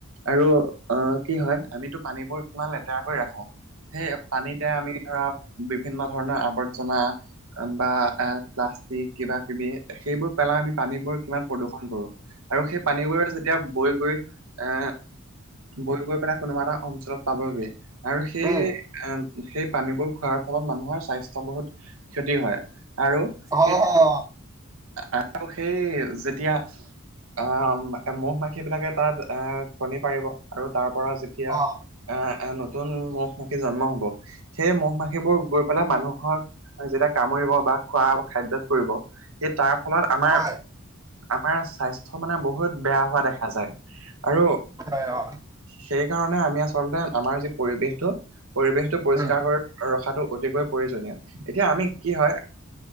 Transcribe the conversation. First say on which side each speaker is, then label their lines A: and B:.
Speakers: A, on the right (about 80°); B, on the right (about 15°).
A: আৰু অ' কি হয় আমিতো পানীবোৰ কিমান লেতেৰা কৰি ৰাখো সেই পানীতে আমি ধৰা বিভিন্ন ধৰণৰ আৱৰ্জনা বা প্লাষ্টিক কিবা কিবি সেইবোৰ পেলাই আমি পানীবোৰ কিমান প্ৰদূষন কৰো। আৰু সেই পানীবোৰে যেতিয়া বৈ গৈ এ বৈ গৈ পেলাই কোনোবা এটা অঞ্চলত পাবগে আৰু সেই
B: উম
A: সেই পানীবোৰ খোৱাৰ ফলত মানুহৰ স্বাস্থ বহুত ক্ষতি হয়। আৰু
B: হয়,
A: সেই
B: হয়।
A: আৰু সেই যেতিয়া আহ ম'হ মাখিব বিলাকে তাত এ কণী পাৰিব। আৰু তাৰ পৰা যেতিয়া
B: অ',
A: আহ এ নতুন ম'হ মাখি জন্ম হ'ব। সেই ম'হ মাখিবোৰ গৈ পেলাই মানুহৰ যেতিয়া কামুৰিব বা খোৱা খাদ্যত পৰিব সে তাৰ ফলত আমাৰ
B: হয়,
A: আমাৰ স্বাস্থ্য মানে বহুত বেয়া হোৱা দেখা যায়। আৰু
B: হয়, অ',
A: সেই কাৰণে আমি আচলতে আমাৰ যি পৰিৱেশটো পৰিৱেশটো পৰিষ্কাৰ
B: উম,
A: কৰি ৰখাটো অতিকৈ প্ৰয়োজনীয়। এতিয়া আমি কি হয়